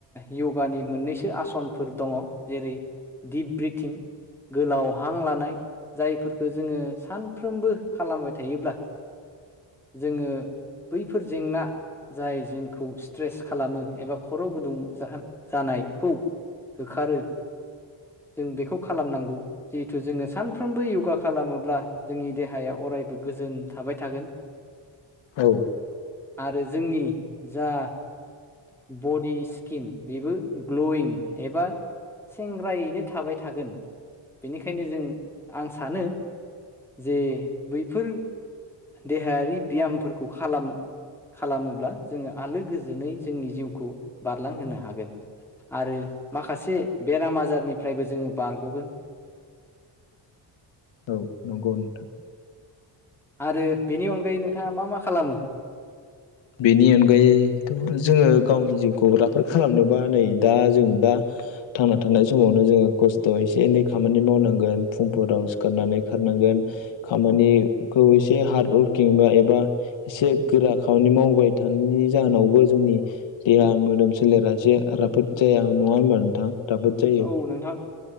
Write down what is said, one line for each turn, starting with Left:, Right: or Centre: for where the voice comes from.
Centre: य'गानि मोननैसो आसनफोर दङ' जेरै दिप ब्रिथिं गोलाव हां लानाय जायफोरखो जोङो सानफ्रोमबो खालामबाय थायोब्ला जोङो बैफोर जेंना जाय जोंखौ स्ट्रेस खालामो एबा खर' गुदुं जा-जानायखौ होखारो जों बेखौ खालामनांगौ जिहेथु जोङो सानफ्रोमबो योगा खालामोब्ला जोंनि देहाया अ रायबो गोजोन थाबाय थागोन
Left: औ
Centre: आरो जोंनि जा बडि स्किन बेबो ग्ल'यिं एबा सेंग्रायैनो थाबाय थागोन बेनिखायनो जों आं सानो जे बैफोर देहायारि ब्यामफोरखौ खालाम खालामोब्ला जोङो आलो गोजोनै ज जोंनि जिउखौ बारलां होनो हागोन आरो माखासे बेराम आजार निफ्रायबो जोङो बारग'गोन
Left: औ नंगौ नोंथां
Centre: आरो बेनि अनगायै नोंथाङा मा मा खालामो?
Left: बेनि अनगायैथ' जोङो गावनि जिउखौ राफोद खालामनोबा नै दा जोङो दा थांना थानाय समावनो जोङो खस्थ' एसे एनै खामानि मावनांगोन फुंफोराव सिखारनानै खारनांग गोन खामानिखौ ए हार्ड वर्किं बा एबा एसे गोरा खामानि मावबाय थानायनि जाहोनावबो जोंनि देहा मोदोम सोलेरा एसे राफोद जाया न ङा होनबा नोंथां राबोद जायो।
Centre: औ नोंथां